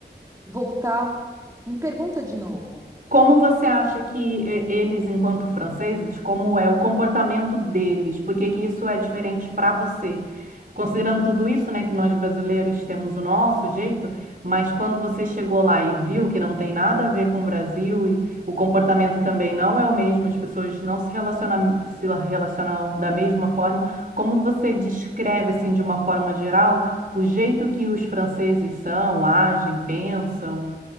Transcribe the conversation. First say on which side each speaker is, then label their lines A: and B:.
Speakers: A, on the right (about 15°); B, on the right (about 50°).
A: voltar. Me pergunta de novo.
B: Como você acha que eh, eles, enquanto franceses, como é o comportamento deles? Por que que isso é diferente para você? Considerando tudo isso, né, que nós brasileiros temos o nosso jeito, mas quando você chegou lá e viu que não tem nada a ver com o Brasil e o comportamento também não é o mesmo, as pessoas não se relacionam, se relacionam da mesma forma, como você descreve, assim, de uma forma geral, o jeito que os franceses são, agem, pensam?